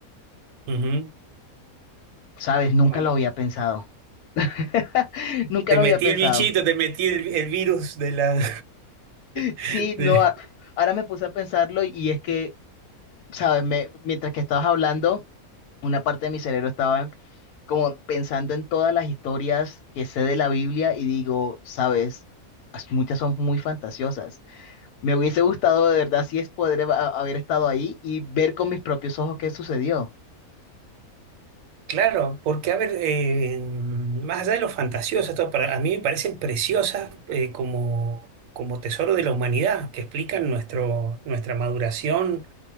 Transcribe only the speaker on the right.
Ujú.
Con-
Te
metí
el bichito, te metí el, el virus de la... <laughs>
de-
Claro, porque a ver, eh, más allá de lo fantasioso, esto para, a mí me parecen preciosas eh, como, como tesoro de la humanidad, que explican nuestro, nuestra maduración